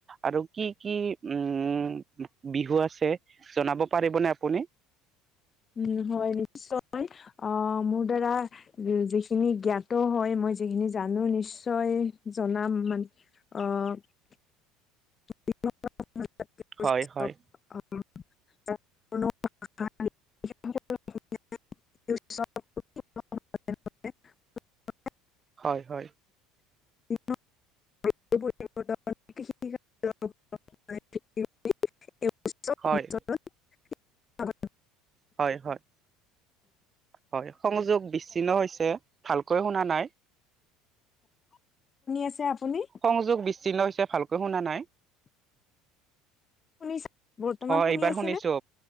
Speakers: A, on the right (about 30°); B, on the left (about 30°).
A: আৰু কি কি, উম বিহু আছে, জনাব পাৰিবনে আপুনি?
B: <inaudible> উম হয় নিশ্চয়, অ', মোৰ দ্বাৰা যিখিনি জ্ঞাত হয় মই মই যিখিনি জানো নিশ্চয় জনাম মান, অ' <unintelligible>
A: হয় হয়
B: <unintelligible> <unintelligible>
A: হয় হয়।
B: <unintelligible> <unintelligible> <unintelligible>
A: হয় হয় হয়। হয় সংযোগ বিচ্ছিন্ন হৈছে ভালকৈ শুনা নাই।
B: আছে আপুনি
A: সংযোগ বিচ্ছিন্ন হৈছে ভালকৈ শুনা নাই।
B: শুনিছে বৰ্তমান
A: অ',
B: শুনি
A: এইবাৰ
B: আছেনে?
A: শুনিছো